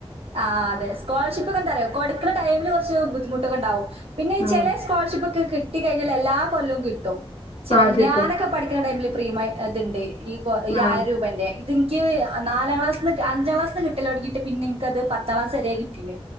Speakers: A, on the right (about 70°); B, on the left (about 65°).
A: ആ അതെ സ്കോളർഷിപ്പ് പ്പ് എന്താന്നാറിയേ കൊട്ക്കണടൈമില് കൊറച്ച് ബുദ്ധിമുട്ടൊക്കെ ഉണ്ടാവും പിന്നെ
B: ആഹ്
A: ചെല സ്കൊളർഷിപ് ഒക്കെ കി ട്ടി കഴിഞ്ഞാ എല്ലാ കൊല്ലോം കിട്ടു ചെ
B: ആഹ് കിട്ടും
A: ഞാനൊക്കെ പഠിക്ക്ണ ടൈംമില് പ്രിമായി അത്ണ്ട് ഈ ഗേ ഈ
B: ആഹ്
A: ആയിരം രൂപേൻ്റെ ഇതെനിക്ക് നാലാം ക്ലാസിന്ന് അഞ്ചാംക്ലാസിന്ന് കിട്ടല്ലോടെങ്ങിട്ട് പിന്നെ നിക്കത് പത്താംക്ലാസ് വരെ കിട്ടിന്ന്